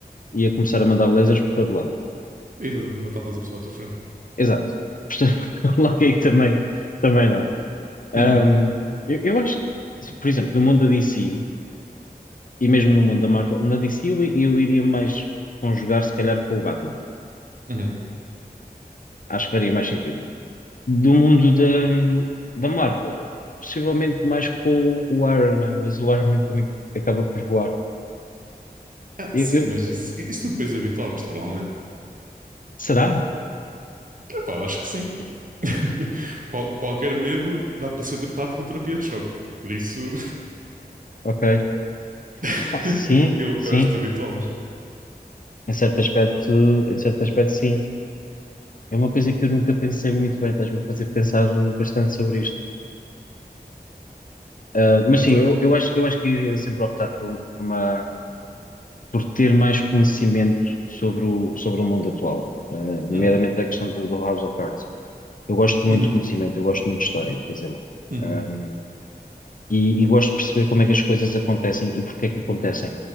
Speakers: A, on the left; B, on the right.
A: ia começar a mandar lasers por todo lado.
B: Exatamente, matavas a pessoa à tua frente.
A: Exato. Portanto, <laughs> logo aí também, também não. Ahm,
B: Uhum,
A: eu, eu acho que, por exemplo, no mundo da DC e mesmo no mundo da Marvel, na DC eu, eu iria mais conjugar, se calhar, com o Batman.
B: uhum.
A: Acho que faria mais sentido. Do mundo da, da Marvel, possivelmente mais com o Iron Man, mas o Iron Man também acaba por voar.
B: Ah,
A: Eu,
B: sim,
A: eu-
B: mas isso, isso tu depois habituavas-te, provavelmente.
A: será?
B: Epá, eu acho que sim. <laughs> Qual- qualquer medo dá para ser tratado com terapia de choque. Por isso,
A: Ok.
B: <laughs>
A: Ah, sim,
B: eu,
A: sim.
B: eu acho que te habituavas.
A: Em certo aspecto, em certo aspecto, sim. É uma coisa que eu nunca pensei muito bem, estás-me a fazer pensar bastante sobre isto. Ah, mas
B: Pronto,
A: sim, eu,
B: olha.
A: eu acho, eu acho que iria sempre optar por, um- por uma, por ter mais conhecimento sobre o, sobre o mundo atual, ah, nomeadamente
B: Uhum,
A: a questão do, do House of Cards. Eu gosto muito
B: uhum,
A: de conhecimento, eu gosto muito de história, por exemplo.
B: uhum,
A: Ahm, e, e gosto de perceber como é que as coisas acontecem e porque é que acontecem.